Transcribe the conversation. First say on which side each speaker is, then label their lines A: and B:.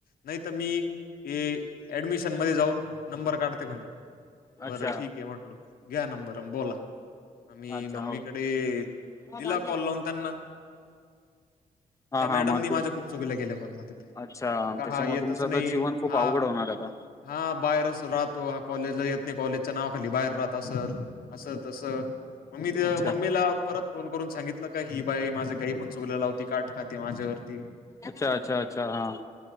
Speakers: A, on the left (about 75°); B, on the left (about 20°).
A: नाई त मी ए ऍडमिशन मध्ये जाऊन नंबर काढते म्हणे. बरं
B: अच्छा
A: ठीके म्हटलं घ्या नंबर अन् बोला. म मी
B: अच्छा
A: मम्मीकडे
B: हो हा
A: दिला कॉल लावून त्यांना
B: हा
A: त्या
B: हा
A: मॅडमनी
B: <unintelligible>
A: माझ्या खूप चुकीला केल्या पण मग तिथे
B: अच्छा
A: का
B: त्याच्यामुळं
A: हा येतच
B: तुमचं आता
A: नाही
B: जीवन खूप
A: हा
B: अवघड होणारे आता
A: हा बाहेर असं राहतो हा कॉलेजला येत नी कॉलेजच्या नावाखाली बाहेर राहत असंल असं तसं म मी ते
B: अच्छा
A: मम्मीला परत फोन करून सांगितलं का ही बाई माझे काई पण चुगल्या लावती काट खाती माझ्यावरती.
B: अच्छा अच्छा अच्छा हा.